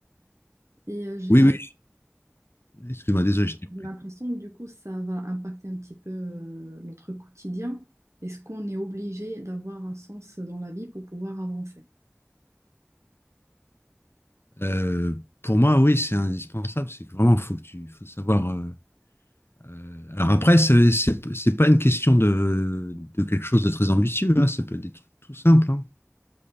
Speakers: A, on the right (about 85°); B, on the left (about 55°).
A: Et euh, j'ai
B: Oui,
A: l'im-
B: oui, excuse-moi, désolé, je t'ai coupé.
A: j'ai l'impression, du coup, ça va impacter un petit peu euh, notre quotidien. Est-ce qu'on est obligé d'avoir un sens dans la vie pour pouvoir avancer?
B: Euh, pour moi, oui, c'est indispensable. C'est que vraiment, faut que tu, faut savoir. euh, euh, alors après, c'est c'est- c'est pas une question de, de quelque chose de très ambitieux. hein, ça peut être des trucs tout simples. hein.